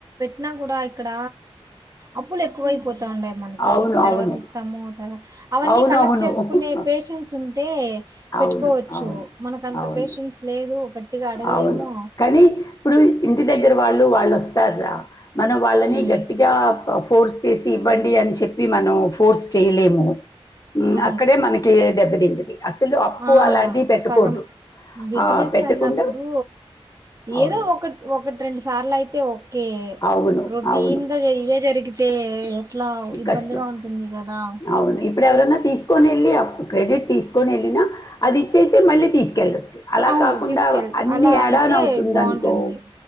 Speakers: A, on the right; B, on the left.
A: అయినా కూడా ఇక్కడ అప్పులు ఎక్కువైపోత ఉన్నాయి మనకి
B: అవును
A: తర్వాత
B: అవును
A: ఇస్తాము తర్వా అవన్నీ
B: అవును
A: కలెక్ట్
B: అవును
A: చేసుకునే
B: అవును
A: పేషెన్స్ ఉంటే పెట్టుకోవచ్చు
B: అవును
A: మనకంత
B: అవును
A: పేషెన్స్ లేదు గట్టిగా అడగలేము
B: అవును కానీ ఇప్పుడు ఇంటి దగ్గర వాళ్ళు వాళ్ళు వస్తార్ రా మనం వాళ్ళని
A: ఉమ్
B: గట్టిగా ఫోర్స్ చేసి ఇవ్వండి అని చెప్పి మనం ఫోర్స్ చేయలేము మ్
A: అవును
B: అక్కడే మనకి దెబ్బ తింటది అసలు అప్పు
A: ఆ
B: అలాంటివి పెట్టకూడదు
A: సగం బిజినెస్
B: ఆ, పెట్టకుండా
A: అన్నప్పుడు
B: అవును
A: ఏదో ఒకటి ఒకటి రెండు సార్లు అయితే ఓక్ ఓకే
B: అవును
A: రొటీన్
B: అవును
A: గా ఇవే జరిగితే ఏట్లా ఇబ్బందిగా
B: కష్టం
A: ఉంటుంది కదా
B: అవును ఇప్పుడు ఎవరన్నా తీసుకొని వెళ్ళి క్రెడిట్ తీసుకొని వెళ్ళినా అది ఇచ్చేసి మళ్ళీ తీసుకెళ్ళచ్చు అలా
A: అవును
B: కాకుండా
A: తీసుకెళ్
B: అన్ని
A: అలా
B: యాడాన్
A: అయితే
B: అవుతుందనుకో
A: బాగుంటుంది